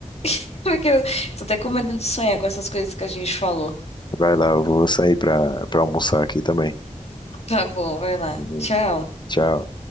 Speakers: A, on the left; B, on the left.
A: <laughs> Porque eu tô até com medo de sonhar com essas coisas que a gente falou.
B: Vai lá, eu vou sair pra, pra almoçar aqui também.
A: Tá bom, vai lá.
B: Uhum,
A: Tchau.
B: Tchau.